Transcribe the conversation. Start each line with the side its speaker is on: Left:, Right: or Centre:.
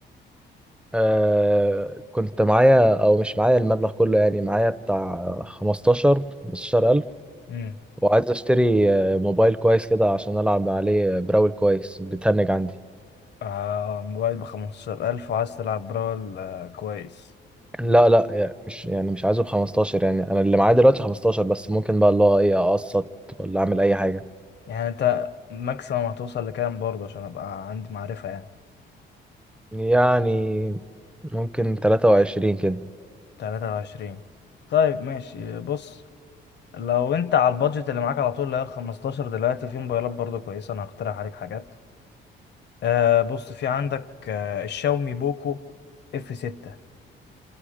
Centre: آه كنت معايا او مش معايا المبلغ كله يعني معايا بتاع 15 15000
Left: امم
Centre: وعايز اشتري آه، موبايل كويس كده عشان العب عليه براول كويس بتهنج عندي
Left: آه موبايل بخمستاشر الف وعايز تلعب براول آه كويس
Centre: لا لا يعني مش يعني مش عايزه ب 15 يعني انا اللي معايا دلوقتي 15 بس ممكن بقى الله ايه اقسط ولا اعمل اي حاجة
Left: يعني انت ماكسيمم هتوصل لكام برضه عشان ابقى عندي معرفة يعني
Centre: يعني ممكن 23 كده
Left: تلاتة وعشرين طيب ماشي بص لو انت على البادجت اللي معاك على طول اللي هي الخمستاشر دلوقتي في موبايلات برضه كويسة انا هقترح عليك حاجات آه بص في عندك آه الشاومي بوكو اف ستة